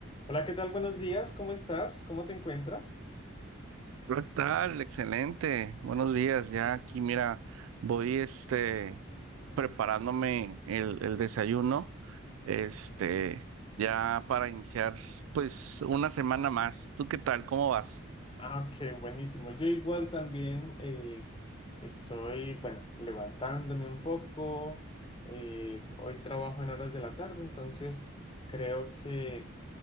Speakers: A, on the left (about 25°); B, on the right (about 80°).
A: Hola, ¿qué tal? Buenos días, ¿cómo estás? ¿Cómo te encuentras?
B: ¿Qué tal? Excelente. Buenos días. Ya aquí, mira, voy este preparándome el, el desayuno, este, ya para iniciar, pues, una semana más. ¿Tú qué tal? ¿Cómo vas?
A: Ah, qué buenísimo. Yo igual también eh, estoy, bueno, levantándome un poco. eh, hoy trabajo en horas de la tarde, entonces creo que,